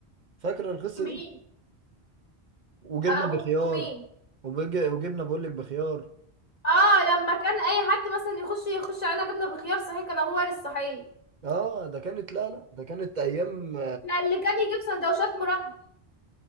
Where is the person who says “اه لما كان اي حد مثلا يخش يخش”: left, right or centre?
Left